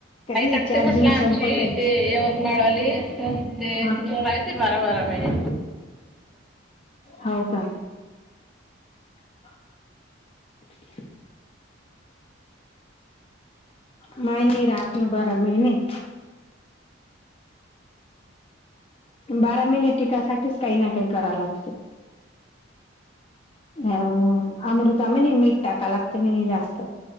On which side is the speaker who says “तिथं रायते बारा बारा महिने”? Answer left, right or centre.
Centre